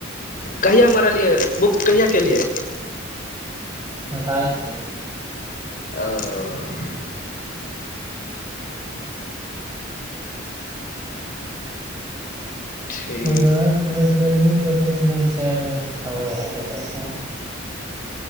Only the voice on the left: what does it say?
कहिआ म रहलियै बुक कहिया केलियै
ओ ठीक